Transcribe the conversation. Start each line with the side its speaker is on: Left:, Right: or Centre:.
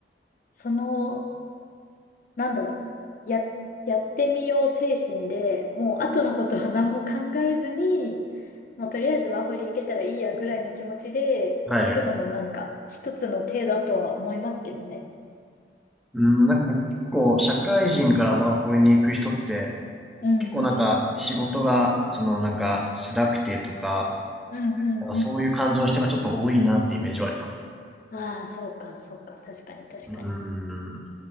Left: その、なんだろう、や、やってみよう精神で、もう後のことは何も考えずに、もうとりあえずワーホリ行けたらいいやぐらいの気持ちで行くのもなんか一つの手だとは思いますけどね。
Centre: はい。うん、なんかもう結構社会人からワーホリに行く人って
Left: うん。
Centre: 結構なんか仕事がそのなんか辛くてとか、
Left: うんうんう
Centre: なんかそういう感じの人がちょっと多いなってイメージはあります。
Left: ん。ああ、そうか、そうか。確かに、確かに。
Centre: うん。